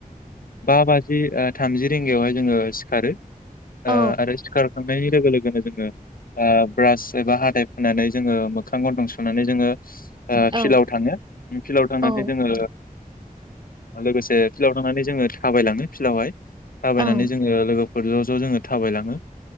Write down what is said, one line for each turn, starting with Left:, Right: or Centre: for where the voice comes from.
Left: बा बाजि ओ थामजि रिंगायावहाय जोङो सिखारो।
Right: औ
Left: ओं आरो सिखार थांनाय लोगो लोगोनो जोङो आया ब्रास एबा हादाय फुनानै जो जोङो मोखां गन्थं सुनानै जोङो। ओयो
Right: औ
Left: फिलाव थाङो फिलाव थांनानै
Right: औ
Left: जोङो लोगोसे फिल्डाव थांनानै जोङो थाबायलाङो फिल्डावहाय। थाबायनानै
Right: ओं
Left: जोङो लोगोफ फोर ज' ज' जोङो थाबायलाङो।